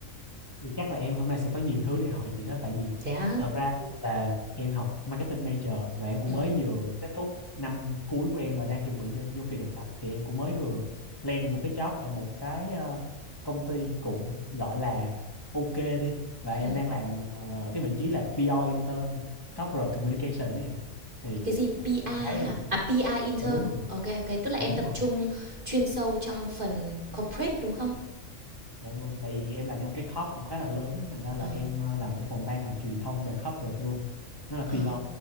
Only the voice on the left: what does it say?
Thì chắc là em hôm nay sẽ có nhiều thứ để hỏi chị đó tại vì
thật ra là em học marketing major và em cũng
mới vừa kết thúc năm cuối của em và đang chuẩn bị đưa- vô kỳ thực tập thì em cũng mới vừa lên được một cái job ở một cái ờ, công ty cũng gọi là ok đi và em
đang làm ờ, ở cái vị trí là PR intern corporate communication đấy ạ thì
em
thấy em cũng
dạ đúng rồi
dạ
đúng
rồi
dạ vâng tại vì em làm trong một cái corp cũng khá là lớn thành ra là
em ờ, làm cho phòng ban là truyền thông về corporate luôn nó là
PR